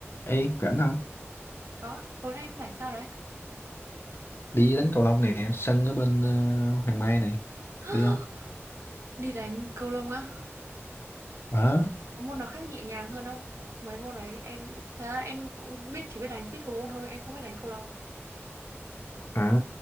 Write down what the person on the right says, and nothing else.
Có, tối nay em rảnh sao đấy?
<gasps>
Đi đánh cầu lông á?
Có môn nào khác nhẹ nhàng hơn không? Mấy môn đấy em thật ra em cũng biết chỉ biết đánh pickleball thôi, em không biết đánh cầu lông.